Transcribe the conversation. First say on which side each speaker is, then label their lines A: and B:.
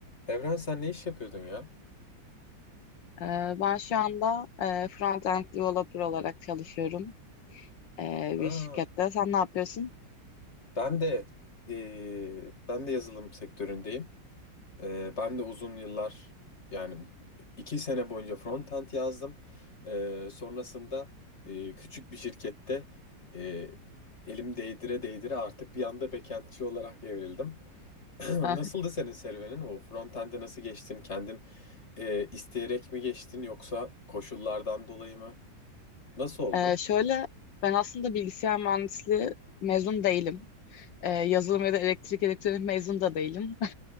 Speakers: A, on the left (about 35°); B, on the left (about 75°).
A: Evren sen ne iş yapıyordun ya?
B: Ee, Ben şu anda e, front-end developer olarak çalışıyorum e,
A: Ha,
B: bir şirkette. Sen ne yapıyorsun?
A: ben de eee, ben de yazılım sektöründeyim. Eee, ben de uzun yıllar yani iki sene boyunca frontend yazdım. Eee, sonrasında eee, küçük bir şirkette eee, elim değdire değdire artık bir anda backendçi olarak evrildim. <clears throat> Nasıldı
B: Heh,
A: senin serüvenin? O frontend'e nasıl geçtin? Kendin eee, isteyerek mi geçtin yoksa koşullardan dolayı mı? Nasıl oldu?
B: e, şöyle, ben aslında bilgisayar mühendisliği mezun değilim. E, yazılım ya da elektrik elektronik mezun da değilim. <laughs>